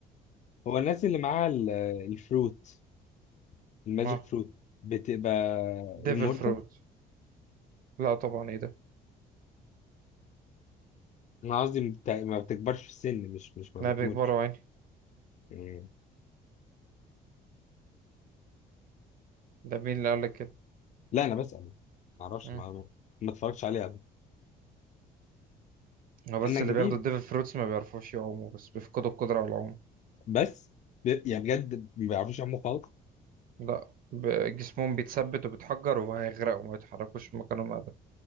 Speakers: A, on the left; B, on the right.
A: هو الناس اللي معاها ال- الفروت الماجيك
B: ما
A: فروت بتبقى
B: ديفل
A: immortal
B: فروت لا طبعا ايه ده
A: انا قصدي بت- ما بتكبرش في السن مش مش ما
B: لا
A: بتموتش
B: بيكبروا عيني
A: إيه.
B: ده مين اللي قال لك كده
A: لا انا بسأل ما اعرفش
B: مم.
A: ما ما اتفرجتش عليه على
B: هو
A: فكرة.
B: بس
A: انا جديد
B: اللي بياخدوا الديفل فروتس ما بيعرفوش يعوموا بس بيفقدوا القدرة على العوم
A: بس ب... يعني بجد ما بيعرفوش يعملوا خالص
B: لا ب- جسمهم بيتثبت وبيتحجر وهيغرقوا ما يتحركوش من مكانهم ابدا